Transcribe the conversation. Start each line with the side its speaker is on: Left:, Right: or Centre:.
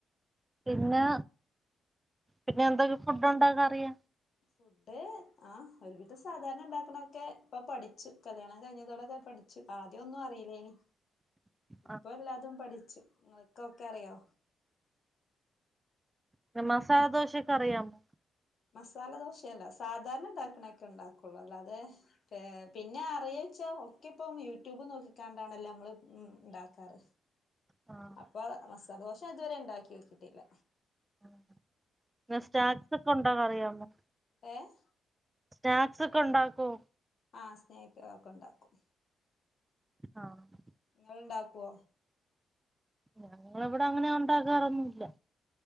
Right: പിന്നെ പിന്നെ എന്തൊക്കെ ഫുഡ് ഉണ്ടാക്ക അറിയ
Left: ഫുഡ് ഫുഡ് ആഹ് ഒരു വിധം സാധാരണ ഉണ്ടാക്ക്ണൊക്കെ ഇപ്പൊ പഠിച്ചു കല്യാണം കഴിഞ്ഞതോടെ പഠി ച്ചു ആദ്യം ഒന്നും അറീലേനി
Right: <inaudible>
Left: ഇപ്പൊ എല്ലാതും പഠിച്ചു. നിങ്ങൾക്ക് ഒക്കെ അറിയോ
Right: പിന്ന മസാല ദോശയൊക്കെ അറിയാമോ.
Left: മസാല ദോശയല്ല. സാധാരണ ഉണ്ടാക്കണൊക്കെ ഉണ്ടാക്കുള്ളൂ അല്ലാതെ ഏഹ് പിന്നെ അറിയോച്ചാ ഒക്കെ ഇപ്പം യൂട്യൂബ് നോക്കിക്കാണ്ടാണല്ലാം നമ്മള് ഉം ഉണ്ടാക്കാറ്.
Right: ആഹ്.
Left: അപ്പൊ മസാലദോശ ഇതുവരെ ഉണ്ടാക്കി നോക്കിട്ടില്ല
Right: പിന്നെ സ്നാക്സ് ഒക്കെ ഉണ്ടാക അറിയാമോ
Left: ഏഹ്
Right: സ്നാക്സ് ഒക്കെ ഉണ്ടാക്കോ
Left: ആഹ് സ്നേക്ക്കളൊക്ക ഉണ്ടാക്കും
Right: ആഹ്
Left: ഇങ്ങൾ ഇണ്ടാക്കോ
Right: ഞങ്ങളിവിടെ അങ്ങനെ ഉണ്ടാക്കാറൊന്നുല്ല